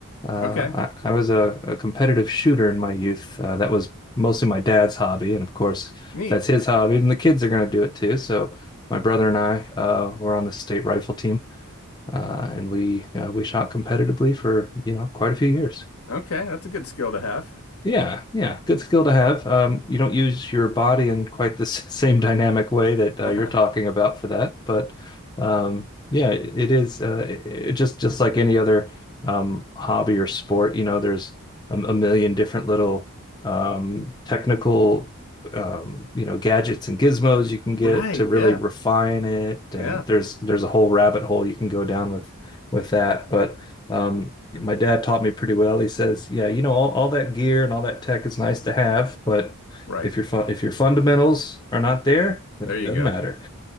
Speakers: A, on the left (about 20°); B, on the left (about 75°).
A: Uh,
B: Okay.
A: I, I was a, a competitive shooter in my youth. Uh, that was mostly my dad's hobby, and of course,
B: Neat.
A: that's his hobby, and the kids are going to do it too. So my brother and I uh, were on the state rifle team, uh, and we uh, we shot competitively for you know quite a few years.
B: Okay. That's a good skill to have.
A: Yeah, yeah, good skill to have. Um, you don't use your body in quite the <laughs> s- same dynamic way that uh, you're
B: <laughs>
A: talking about for that, but um, yeah, it, it is uh, it, it just just like any other um, hobby or sport. You know, there's a, a million different little um, technical um, you know gadgets and gizmos you can
B: Right.
A: get to really
B: Yeah.
A: refine it, and
B: Yeah.
A: there's there's a whole rabbit hole you can go down with with that, but. Um, my dad taught me pretty well. He says, "Yeah, you know, all, all that gear and all that tech is nice to have, but
B: Right.
A: if your fu- if your fundamentals are not there, then
B: There
A: it
B: you
A: doesn't
B: go.
A: matter."